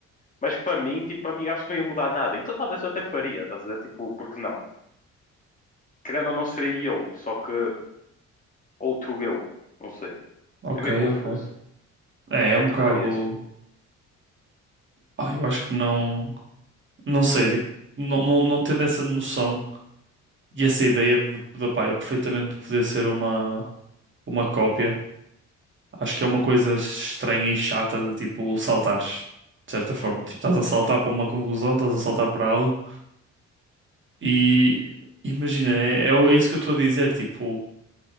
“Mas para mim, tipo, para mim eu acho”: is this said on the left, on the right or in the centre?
Left